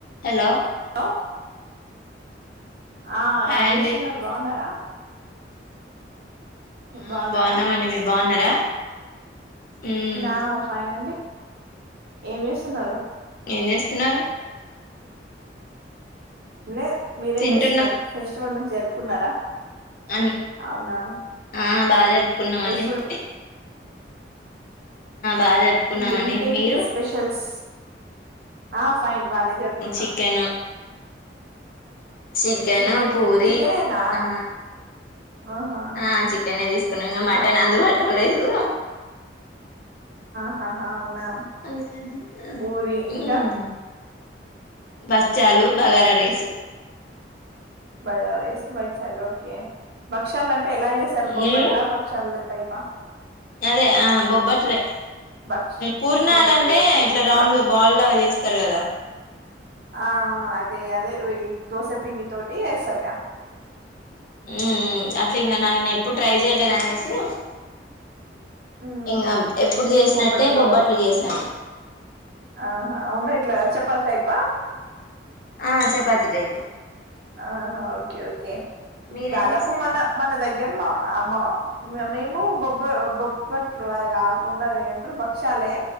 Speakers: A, on the left; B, on the right.
A: Hello
B: hello ఆ
A: hi
B: ఏం
A: అండి
B: చేస్తున్నారు బాగున్నారా
A: ఆ
B: బాగున్నారా
A: బాగున్నామండి మీరు బాగున్నారా ఉమ్
B: నా ఫైన్ అండి ఏం చేస్తున్నారు
A: ఏం చేస్తున్నారు
B: అలే మీరేం
A: తింటున్నా
B: చేస్తున్నారు ఫెస్టివల్ మంచి జరుపుకున్నారా
A: అన్
B: అవునా
A: ఆ బాగా జరుపుకున్నామండి
B: ఫెస్టివల్
A: <inaudible> బాగా జరుపుకున్నామండి
B: ఏ ఏటి
A: మీరు
B: స్పెషల్స్ ఆ ఫైన్ బాగా జరుపుకున్నాం
A: చికెన్ చికెను
B: చికెన్
A: పూరి
B: చికెనేనా
A: ఆ
B: ఆహా
A: ఆ చికెన్ తీసుకున్నాం ఇంగ మటన్
B: మ-
A: అందుబాటులో లేదు
B: ఆహా అవునా
A: అందుకని
B: పూరి ఇంకా
A: ఉమ్ బచ్చాలు బగారా రైసు
B: బజైస్ మక్షాలు ఓకే పక్షాలు అంటే ఎలా చేసారు బొబ్బట్లా
A: మీరు
B: పక్షాలు టైప్రహ
A: అదే ఆ బొబ్బట్రే
B: భక్ష
A: పూర్ణాల
B: బొబ్బట్లా
A: అంటే
B: ఓకే
A: ఇట్లా
B: మేము
A: రౌండ్
B: బ
A: గా బాల్ చేస్తారు కదా
B: ఆ అదే అదే దోశపిండి తోటి వేస్తారుగా
A: ఊహు అట్లా ఇంగ నాను ఎప్పుడు ట్రై చేయలేదునేసి
B: ఊహు.
A: ఇంగ ఎప్పుడు చేసినట్టే
B: బొబ్బట్లో
A: బొబ్బట్లు చేసాను
B: ఆహా అవునా ఇట్లా చపాతి టైప్ ఆ
A: ఆ చపాతీ టైప్
B: ఆహా ఓకే ఓకే
A: మీరేం
B: దాదాపు
A: చేశారు
B: మన మన దగ్గర్లో అమ్మ మేము బొబ్బ బొబ్బట్లు అది కాకుండా అది ఏమంటారు భక్ష్యాలే